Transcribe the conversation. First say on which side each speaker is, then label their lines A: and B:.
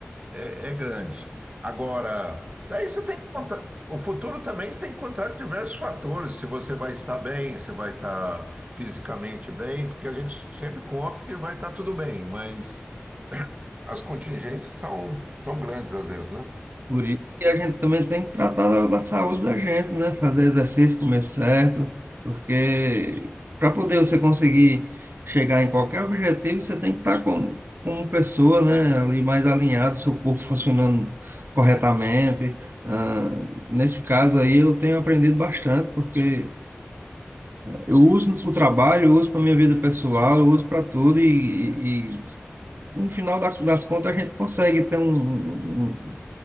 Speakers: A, on the right (about 35°); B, on the right (about 60°).
A: é, é grande. Agora, daí você tem que contar. O futuro também tem que contar com diversos fatores. Se você vai estar bem, se vai estar fisicamente bem, porque a gente sempre conta que vai estar tudo bem, mas as contingências são, são grandes às vezes, né?
B: Por isso que a gente também tem que tratar da, da saúde da gente, né? Fazer exercício, comer certo, porque para poder você conseguir chegar em qualquer objetivo, você tem que estar como, como pessoa, né? Ali mais alinhado, seu corpo funcionando corretamente. Ah, nesse caso aí, eu tenho aprendido bastante, porque eu uso para o trabalho, eu uso para minha vida pessoal, eu uso para tudo e, e- e no final da- das contas a gente consegue ter um, um,